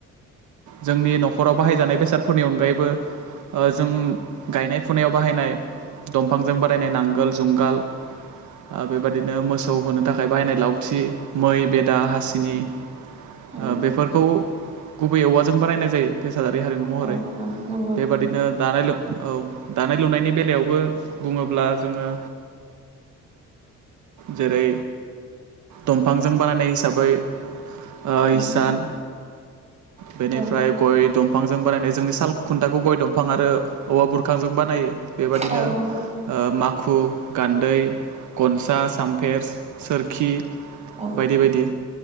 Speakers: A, on the right; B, on the right.
A: जोंनि न'खराव बाहायजानाय बेसादफोरनि अनगायैबो ओ जों गायनाय फुनायाव बाहायनाय दंफांजों बारायनाय नांगोल जुंगाल ओ‌ बेबायादिनो मोसौ होनो थाखाय बाहायनाय लावथि मै बेदा हासिनि। ओ
B: औ
A: बेफोरखौ गुबै औवाजों बानायनाय जायो‌। बेसादारि हारिमु महरै
B: औ औ नंगौ
A: बेबादिनो दानाय लु औ दानाय लुनायनि बे लायावबो बुङोब्ला जोङो जेरै दंफांजों बानायनाय हिसाबै ओ‌
B: औ
A: हिसान बेनिफ्राय
B: औ
A: गय दंफांजों बानायनाय जोंनि साल खुन्थाखौ गय दंफां आरो औवा बुरखांजों बानायो। बेबादिनो
B: औ
A: ओ
B: नंगौ
A: माखु खु गान्दै गनसा सामफेर सोरखि
B: औ
A: बायदि बायदि